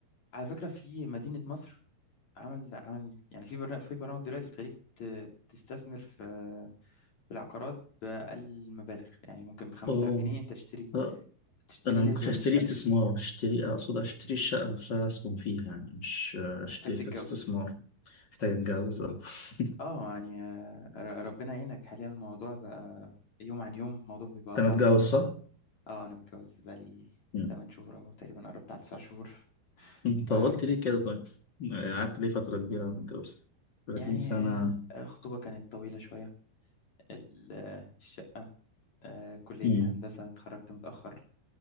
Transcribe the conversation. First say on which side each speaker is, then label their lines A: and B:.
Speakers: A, on the left; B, on the left.
A: على فكرة في مدينة مصر عمل عمل يعني في برنامج في برامج دلوقتي بتخليك ت- تستثمر في في العقارات بأقل المبالغ يعني ممكن ب 5000
B: أوه
A: جنيه انت تشتري
B: آه،
A: تشتري
B: أنا
A: نسبة
B: ما كنتش هشتري
A: من الشقة
B: استثمار اشتري أقصد اشتري الشقة نفسها أسكن فيها يعني مش اشتري
A: محتاج تتجوز
B: كاستثمار محتاج أتجوز آه. <laughs>
A: اه يعني آه، ر- ربنا يعينك حاليا الموضوع بقى يوم عن يوم الموضوع بيبقى أصعب
B: أنت متجوز صح؟
A: اه أنا متجوز بقالي
B: مم.
A: 8 شهور أهو تقريبا قربت على 9 شهور
B: أنت
A: ف
B: طولت ليه كده طيب؟ قعدت ليه فترة كبيرة ما اتجوزت؟ 30
A: يعني
B: سنة
A: آه، الخطوبة كانت طويلة شوية ال- آه، الشقة آه، كلية
B: مم.
A: هندسة اتخرجت متأخر